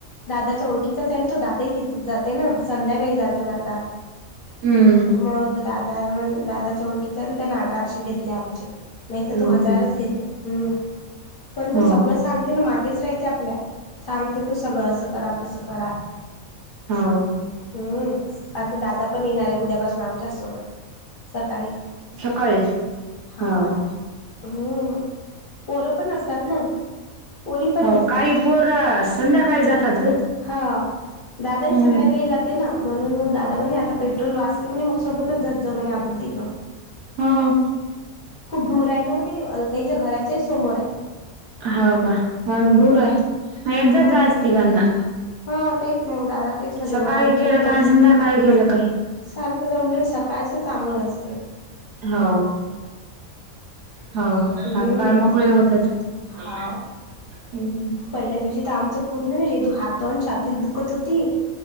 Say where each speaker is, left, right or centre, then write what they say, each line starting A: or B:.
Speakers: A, on the left; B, on the right.
A: दादाच्या ओळखीचाच आहे तो दादाही तिथच जाते ना. संध्याकाळी जातो दादा
B: हम्म
A: मग म दादा मण दादाच्या ओळखीचाय न त्यां आठ आठशे घेतले आमचे नाहीत
B: हम्म
A: तो हजारच घेते. हम्म पण
B: हो
A: तो सगळं सांगते ना मागेच रायते आपल्या सांगते तो सगळं असं करा तसं करा.
B: हाव
A: हम्म आता दादा पण येणार ये उद्यापासून आमच्याच सोबत सकाळी
B: सकाळी
A: हा
B: हम्म
A: हम्म पोरं पण असतात ना पोरी पण
B: हो
A: असतात.
B: काही पोर संध्याकाळी जातात ग
A: हा दादा ही
B: हम्म.
A: संध्याकाळी जाते ना. म्हणून म दादा म्हणे आता पेट्रोल वाचते म्हणे म सोबतच जात जाऊ म्हणे आपण तिघं.
B: हो
A: खूप दूर आहे ना ओ ते अलकाईच्या घराचे समोर आहे.
B: ह का मंग
A: हम्म
B: दूर हाय नेतजा
A: हा
B: आज तिघांना
A: हा तेच मंग दादा तेच झाले
B: सकाळी
A: मग आपल्या
B: केलं
A: पेट्रोलचा
B: काय आणि संध्याकाळी केलं काय.
A: सारखं जा उलट सकाळचं चांगलं असतय.
B: हो हो हात
A: हम्म
B: पाय मोकळे होतात.
A: हा.
B: हम्म
A: पहिल्या दिवशी त आमचं पूर्ण हे हात अनं छातीत दुखत होती.